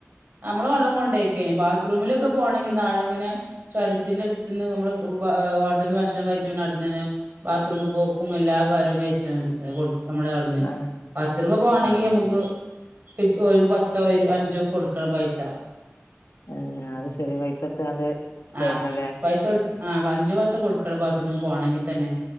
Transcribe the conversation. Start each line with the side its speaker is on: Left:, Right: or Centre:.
Right: നമ്മള് വെള്ളം കൊണ്ടേക്കേനി ബാത്റൂമിലൊക്കെ പോകണെങ്കിൽ <unintelligible> യിങ്ങനെ ചൊർത്തിന്റെ അട്ത്ത്ന്ന് നമ്മള് ബേ ഹോട്ടൽന്ന് ഭക്ഷണം കഴിച്ചു പിന്നെ അട്ന്നന്നെ ബാത്റൂമിൽ പോക്കും ഏ എല്ലാ കാര്യവും കഴിച്ചാ <unintelligible> കൊട് നമ്മളെട്ന്ന്
Left: ആഹ്
Right: പത്ത് രൂപ പോണെങ്കി
Left: ആഹ്
Right: നമ്മക്ക് <unintelligible> ഓൽക്ക് പത്തോ ഇ അഞ്ചോ കൊടുക്കണം പൈസ.
Left: ആഹ് അത് ശെരി പൈസ ഇട്ത്ത്കാണ്ട് കേറണല്ലേ
Right: ആഹ് പൈസ കൊടുത്ത് ആഹ്! അഞ്ച് പത്തോ കൊടുക്കണം ബാത്റൂമി പോണെങ്കിൽ തന്നെ